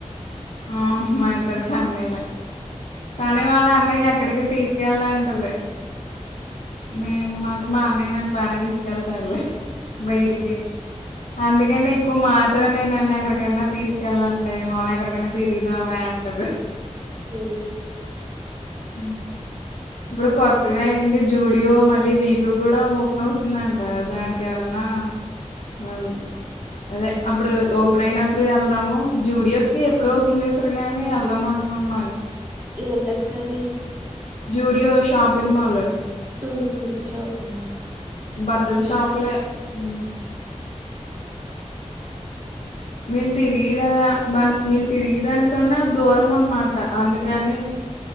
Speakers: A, on the left; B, on the right.
A: ఆ మా ఇద్దరుకి అన్నయ్యలే కానీ వాళ్ళ అన్నయ్య ఎక్కడికి తీసుకెళ్లడు అంటది నేను మాత్రం మా అన్నయ్యని నేను బానే తీసుకెళ్తాడలే బయటికి అందుకని ఎక్కువ మాతోనేన నను ఎక్కడికైనా తీసుకెళ్ళండి మాళ ఎక్కడికైనా తిరుగుదామ అంటది
B: ఉ
A: అ ఇప్పుడు కొత్తగా ఏంటి జూడియో మళ్ళీ వీటుో కూడా ఓపెన్ అవుతుందంట దానికి ఏమన్నా ఆ అవును అదే అప్పుడు ఓపెన్ అయినప్పుడు వెళ్దాము జూడియోకి ఎప్పుడు ఓపెన్ చేసారు గానీ వెళ్దాంమని కున్న
B: ఏంటి అక్క అది
A: జుడియో షాపింగ్ మాలు
B: ఉహు షాపింగ్ మల్
A: బట్టల్ షాపులే ఉ మేమ్ తిరిగిదాదా దా మేము తిరిగిదానికి కన్నా దూరం అన్నమాట అందుకని